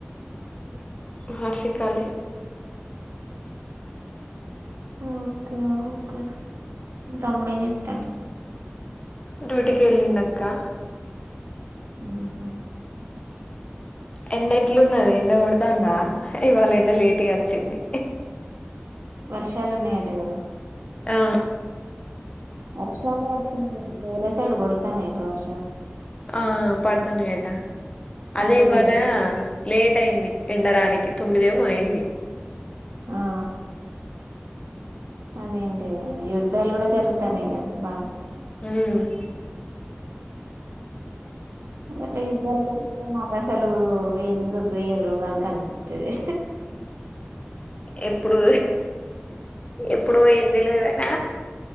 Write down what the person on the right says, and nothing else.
ఓకే ఓకే తమ్ముడు ఎం చేతండు
హ్మ్ హు
వర్షాలు ఉన్నాయట కదా
వర్షాలు <inaudible> వేర సైడ్ కొడు కొడ్తాన్నాయ్ అంట వర్
అటు
ఆ అదేంటే యుద్ధాలు కూడా జరుగుటనాయి కదా బాగా
ఎట్ల యుద్ధలు జరుగుతాయి మాగ అసలు ఎందుకు ఏ రోగానికి అనిపిస్తది